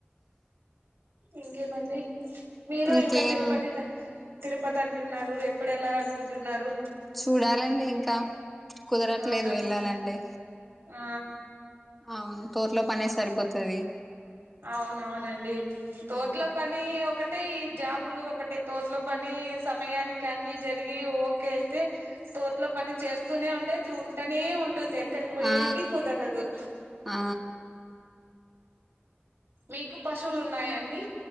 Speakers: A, on the right; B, in the centre.
A: ఇంకేమండి. మీరు
B: ఇంకేం
A: ఇంకా తిరుపతికి క తిరుపతి అంటున్నారు. ఎప్పుడు వెళ్ళాలనుకుంటున్నారు.
B: చూడాలండి. ఇంకా కుదరట్లేదు
A: అవునా
B: వెళ్ళాలంటె
A: ఆ
B: అవును తోటలో పనే సరిపోతది.
A: అవునవునండి. తోటలో
B: అవును
A: పనీ కానీ ఒకటే ఈ జాబులు ఒకటే తోటలో పని సమయానికి అన్నిజరిగి ఓకే అయితే తోట్లో పని చేస్తూనే ఉంటే ఉంటునే ఉంటుంది. ఎక్కడికి పోయేకి
B: ఆ
A: కుదరదు.
B: ఆ
A: మీకు పశువులు ఉన్నాయ అండి.